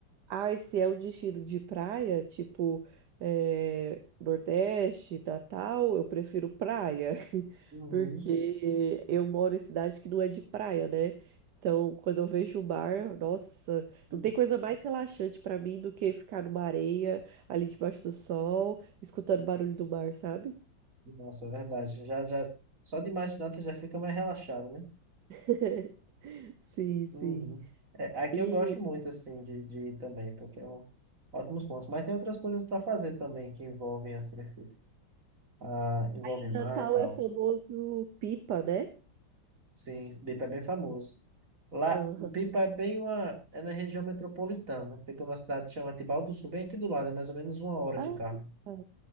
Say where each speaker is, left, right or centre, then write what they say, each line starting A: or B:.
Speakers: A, on the right; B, on the right.
A: Ah, e se é o destino de praia, tipo eh, Nordeste, Natal, eu prefiro praia, <laughs>
B: Uhum.
A: porque eu moro em cidade que não é de praia, né? Então, quando eu vejo o mar, nossa,
B: Uhum.
A: não tem coisa mais relaxante pra mim do que ficar numa areia, ali debaixo do sol, escutando o barulho do mar, sabe?
B: Nossa, é verdade. Já, já, só de imaginar você já fica mais relaxado, né?
A: <laughs> Sim, sim.
B: Uhum. É, aqui
A: E
B: eu gosto muito, assim, de, de ir também, porque é um ótimos pontos. Mas tem outras coisas para fazer também que envolvem, assim, esses, ah, envolve
A: em
B: mar
A: Natal
B: e tal.
A: é famoso pipa, né?
B: Sim, Pipa é bem famoso. Lá,
A: Aham.
B: Pipa é bem uma. É na região metropolitana. Fica numa cidade que chama Tibau do Sul, bem aqui do lado, é mais ou menos uma hora
A: Ah,
B: de carro.
A: tá.